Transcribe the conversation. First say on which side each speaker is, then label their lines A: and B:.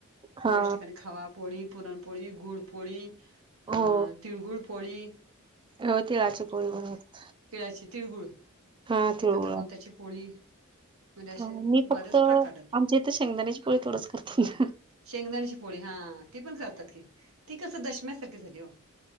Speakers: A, on the right (about 20°); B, on the right (about 70°).
A: हा
B: बऱ्याच ठिकाणी खवापोळी पुरणपोळी गुडपोळी अ
A: हो
B: तिळगुळ पोळी
A: हो तिळाची पोळी
B: तिळाची
A: बनवतात
B: तिळगुळ
A: हा
B: एकत्र
A: तिळगुळ
B: करून त्याची पोळी म्हणजे असे
A: मी
B: बरेच
A: फक्त आमच्या
B: प्रकार आहेत
A: इथे शेंगदाण्याची पोळी तोडच करते ना.
B: शेंगदाण्याची पोळी हा ती पण करतात की ती कसं दशम्यासारखी स